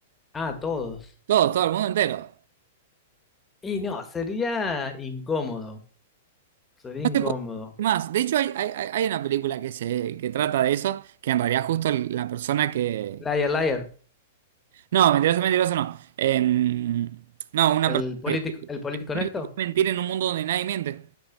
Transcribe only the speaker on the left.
Ah, todos.
Y no, sería incómodo. Sería
incómodo.
Liar, liar.
El
político,
el político honesto.